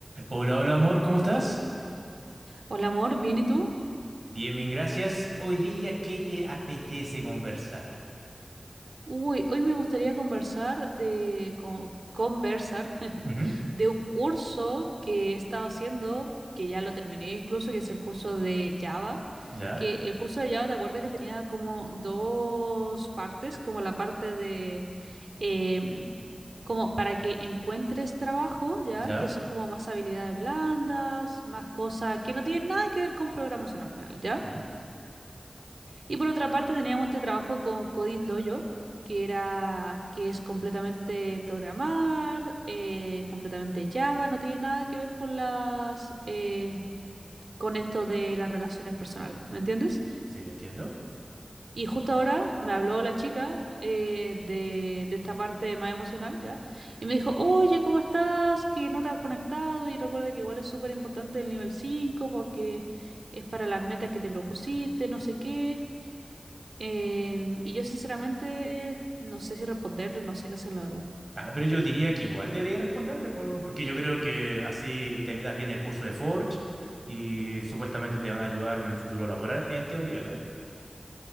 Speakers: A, on the right (about 50°); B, on the right (about 85°).
A: Hola, hola amor, ¿cómo estás?
B: Hola amor, ¿bien y tú?
A: Bien, bien, gracias. Hoy día, ¿qué te apetece conversar?
B: Uy, hoy me gustaría conversar de co- conversar <laughs>
A: Ujú,
B: de un curso que he estado haciendo, que ya lo terminé incluso, que es el curso de Java.
A: Ya,
B: Que el curso de Java, ¿te acuerdas que tenía como dos partes? Como la parte de em, como para que encuentres trabajo, ¿ya?
A: ya.
B: Que son como más habilidades blandas, más cosas que no tienen nada que ver con programación al final, ¿ya?
A: ujú,
B: Y por otra parte teníamos este trabajo con Coding Dojo, que era, que es completamente programar, eh, completamente Java, no tiene nada que ver con las, eh, con esto de las relaciones personales, ¿me entiendes?
A: Sí, entiendo.
B: Y justo ahora me habló la chica eh, de, de esta parte más emocional, ¿ya? Y me dijo, oye, ¿cómo estás? Que no te has conectado y recuerda que igual es súper importante el nivel 5 porque es para las metas que te propusiste, no sé qué. Em, y yo sinceramente no sé si responderle, no sé qué hacer, la verdad.
A: Ah, pero yo diría que igual debería responderle, por- porque yo creo que así terminas bien el curso de Forge y supuestamente te van a ayudar en un futuro laboral, en teoría, ¿no?